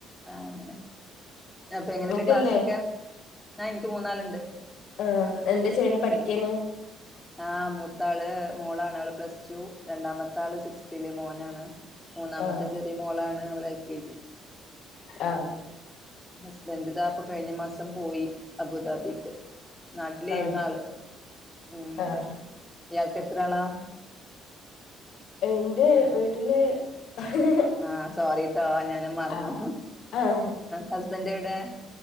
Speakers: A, in the centre; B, on the left (about 65°).
A: ആ അങ്ങനെ അപ്പൊ എങ്ങനെയുണ്ട്
B: ഇങ്ങക്കില്ലേ
A: ക്ലാസ്സൊക്കെ ആ എനിക്ക് മൂന്നാള് ഇണ്ട്
B: ആ എന്താ ചെയ്യണേ പഠിക്കേനേ
A: ആ മൂത്ത ആള് മോളാണ് ആള് പ്ലസ് ടു രണ്ടാമത്തെ ആള് സിക്സ്ത്തില് മോനാണ് മൂന്നാമത്തെ
B: ആഹ്
A: ചെറിയ മോളാണ് അവള് എൽ കെ ജി
B: ആഹ്
A: ഹസ്ബന്റദാ പ്പൊ കഴിഞ്ഞ മാസം പോയി അബുദാബിക്ക് നാട്ടിലേര്ന്നാള്
B: ആഹ്
A: ഉംഇയാൾക്കെത്രാളാ
B: ആഹ് എന്റെ വീട്ടില് <unintelligible>
A: ആ സോറിട്ടോ ഞാന മറന്നു
B: ആഹ് ആഹ്
A: ഹസ്ബന്റെവ്ടെ